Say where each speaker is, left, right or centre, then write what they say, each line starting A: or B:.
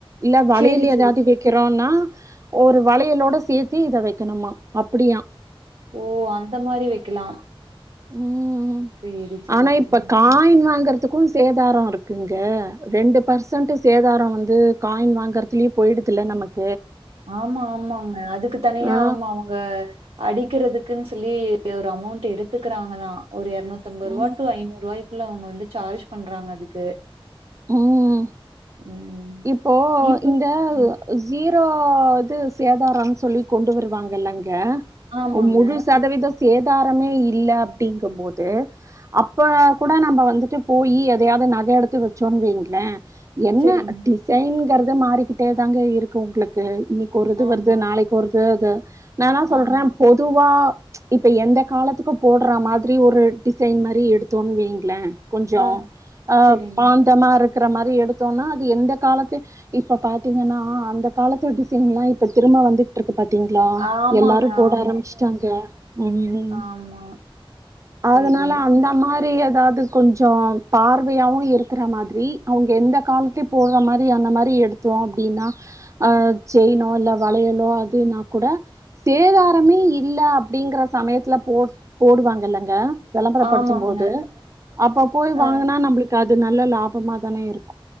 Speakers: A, on the right (about 35°); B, on the right (about 80°).
A: இல்ல வழியில
B: சேரி சேரி
A: ஏதாவது வைக்கிறோம்னா ஒரு வளையலோட சேர்த்தி இத வைக்கணுமா அப்படியா
B: ஓ அந்த மாரி வைக்கலா
A: ம்
B: சேரி சேரி
A: ஆனா
B: சேரிங்க
A: இப்ப காயின் வாங்கறதுக் அப்பவு சேதாரம் இருக்குங்க ரெண்டு பர்சன்ட்டு சேதார வந்து காயின் வாங்குறதுலயே போயடுதுல நமக்
B: ஆமா ஆமாங்க அதுக்கு தனியா
A: ஆ
B: ஆமா அவுங்க அடிக்கிறதுக்கு இருக்குன்னு சொல்லி ஒரு அமௌண்ட் எடுத்துக்கிறாங்க தான் ஒரு இறநுத்தம்பது
A: ம்
B: ரூபா டு ஐநூறுபாய் குள்ள அவங்க வந்து சார்ஜ் பண்றாங்க அதுக்கு
A: உம்
B: ம்
A: இப்போ
B: இப்ப
A: இந்த ஜீ இப்போ இது சேதாரம் சொல்லி கொண்டு வருவாங்கல்லங் ய
B: ஆமாங்க.
A: முழு சாதவிதோ சேத் சேதாரமே இல்ல அப்படிங்கு போது அப்ப கூட நம்ப வந்துட்டு போயி எதையாவது நகை எடுத்து வச் சொன்வீங்களே என்ன
B: சரிங்க.
A: டிசைன் ங்கறத மாறிக்கிட்டே தாங்க இருக்கு உங்களுக்கு இன்னைக்கு ஒரு இது
B: ஆமா,
A: வருது நாளைக்கு ஒரு து து நான் தான் சொல்றேன்
B: ஆமா.
A: பொதுவா இப்ப எந்த காலத்துக்கு போடுற மாதிரி ஒரு டிசைன் மாரி எடுத்தோன்னு வைங்களேன் கொஞ்சோ
B: ஆ
A: அஹ்
B: சரிங்க.
A: இருக்கிற மாதிரி எடுத்தோம்னா அது எந்த காலத்து இப்ப பாத்தீங்கன்னா அந்த காலத்து டிசைன் எல்லாம் இப்ப திரும்ப வந்துட்டு இருக்கு பாத்திங்களா
B: ஆமாங்க.
A: எல்லாரும் போட
B: ஆமா,
A: ஆரம்பிச்சுிட்டாங்க உம்
B: ஆமா. சரி.
A: அதனால அந்த மாரி ஏதாவது கொஞ்ச பார்வையாவவும் இரு இருக்கற மாதிரி அவங்க எந்த காலத்துலயையும் போடுற மாதிரி அந்த மாதிரி எடுத்தோம் அப்படின்னா அஹ் செயினோ இல்ல வளையலோ அதுனா கூட சேதாரமே இல்ல அப்படிங்கற சமயத்துல போட போடுவாங்க இல்லங்க விளம்பர
B: ஆமாங்க.
A: படிச்சு போது அப்ப போய்
B: அ,
A: வாங்கினா நம்மளுக்கு நல்ல லாபமா தானே இருக்கு